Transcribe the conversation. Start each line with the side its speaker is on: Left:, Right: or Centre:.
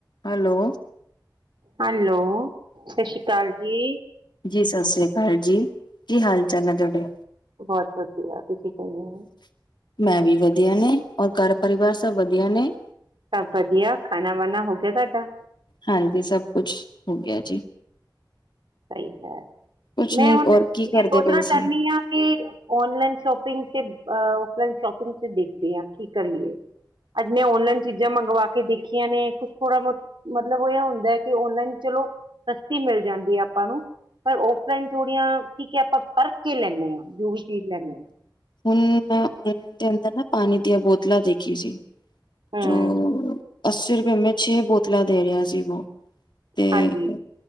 Left: Hello
Right: hello ਸਤਿ ਸ੍ਰੀ ਅਕਾਲ ਜੀ
Left: ਜੀ ਸਤਿ ਸ੍ਰੀ ਅਕਾਲ ਜੀ ਕੀ ਹਾਲ ਚਾਲ ਹੈ ਤੁਹਾਡੇ
Right: ਬਹੁਤ ਵਧੀਆ ਤੁਸੀਂ ਕਿਵੇਂ ਹੋ?
Left: ਮੈਂ ਵੀ ਵਧੀਆ ਨੇ ਔਰ ਘਰ ਪਰਿਵਾਰ ਸਭ ਵਧੀਆ ਨੇ
Right: ਸਭ ਵਧੀਆ ਖਾਣਾ ਵਾਣਾ ਹੋ ਗਿਆ ਤੁਹਾਡਾ
Left: ਹਾਂਜੀ ਸਭ ਕੁਝ ਹੋ ਗਿਆ ਜੀ
Right: ਸਹੀ ਹੈ
Left: ਕੁਛ
Right: ਮੈਂ
Left: ਨੀ
Right: ਹੁਣ
Left: ਔਰ ਕੀ
Right: ਮੈਂ
Left: ਕਰਦੇ
Right: ਸੋਚਣਾ
Left: ਪਏ
Right: ਚਾਹੁੰਦੀ
Left: ਸੀ?
Right: ਹਾਂ ਕਿ ਓਨਲਾਈਨ ਸ਼ੋਪਿੰਗ ਤੇ ਫਲਾਈਨ ਸ਼ੋਪਿੰਗ ਚ ਦੇਖਦੇ ਹਾਂ ਕੀ ਕਰੀਏ ਅੱਜ ਮ ਓਨਲਾਈਨ ਚੀਜ਼ਾਂ ਮੰਗਵਾ ਕੇ ਦੇਖੀਆਂ ਨੇ ਕੁਛ ਥੋੜਾ ਮਤਲਬ ਉਹ ਹੁੰਦਾ ਕਿ ਓਨਲਾਈਨ ਚਲੋ ਸਸਤੀ ਮਿਲ ਜਾਂਦੀ ਆ ਆਪਾਂ ਨੂੰ ਪਰ ਔਫਲਾਈਨ ਥੋੜੀਆਂ ਕਿਉੰਕੀ ਆਪਾਂ ਪਰਖ ਕੇ ਲੈਂਦੇ ਹਾਂ ਜੋ ਵੀ ਚੀਜ਼ ਲੈਂਦੇ ਹਾਂ
Left: ਹੁਣ ਮੈਂ ਉ ਦੇ ਅੰਦਰ ਨਾ ਪਾਣੀ ਦੀਆਂ ਬੋਤਲਾਂ ਦੇਖੀ ਸੀ
Right: ਹੂੰ,
Left: ਜੋ ਅੱਸੀ ਰੁਪਏ ਮੈਂ ਛੇ ਬਹੁਤ ਪਤਲਾ ਦੇ ਰਿਹਾ ਸੀ ਵੋ ਤੇ
Right: ਹਾਂਜੀ